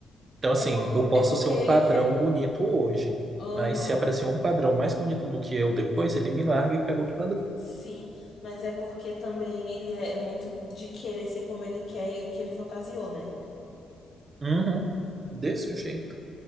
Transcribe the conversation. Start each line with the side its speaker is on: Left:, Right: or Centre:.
Right: Então, assim,
Left: É, por,
Right: eu posso
Left: é porque
Right: ser um
Left: ele
Right: padrão
Left: quer.
Right: bonito hoje,
Left: Aham.
Right: mas se aparecer um padrão mais bonito do que eu depois, ele me larga e pega outro padrão.
Left: Sim, mas é porque também ele é, é muito de querer ser como ele quer e o que ele fantasiou, né?
Right: Uhum, desse jeito.